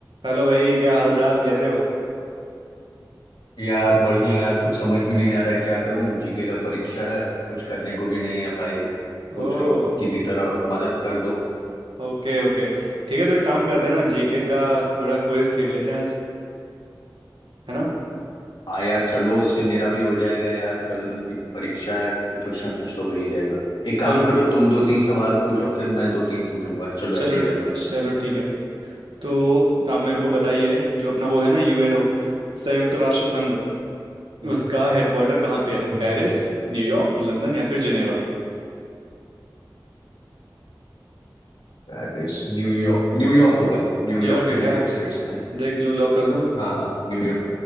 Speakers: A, on the right; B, on the left.
A: Hello भाई क्या हाल चाल कैसे हो
B: यार बढ़िया यार कुछ समझ में नहीं आ रहा है क्या करूं जीके का परीक्षा है कुछ करने को भी नहीं है भाई सोच
A: ओ
B: रहा हूँ कुछ- किसी तरह मदद कर दो
A: ओके ओके ठीक है तो एक काम करते हैं ना जीके का थोड़ा क्विज खेल लेते हैं आज है ना
B: हाँ यार चलो उससे मेरा भी हो जाएगा यार कल एक परीक्षा है तो कुछ ना कुछ तो हो ही जाएगा एक काम
A: चलो
B: करो तुम दो तीन सवाल पूछो फिर मैं दो तीन पूछूंगा चलो
A: चलो
B: ऐसे ही करते हैं
A: चलो ठीक है तो आप मेरे को बताइए जो अपना वो है ना यूएनओ संयुक्त राष्ट्र संघ
B: हम्म,
A: उसका हेडक्वार्टर कहाँ पे है
B: हम्म,
A: पेरिस न्यूयॉर्क लंदन या फिर जिनेवा
B: दैट इज न्यूयॉर्क न्यूयॉर्क होगा न्यूयॉर्क
A: न्यूयॉर्क है
B: यूनाइटेड
A: क्या
B: स्टेट्स में है
A: देख लो लॉक कर दूं
B: हाँ हाँ न्यूयॉर्क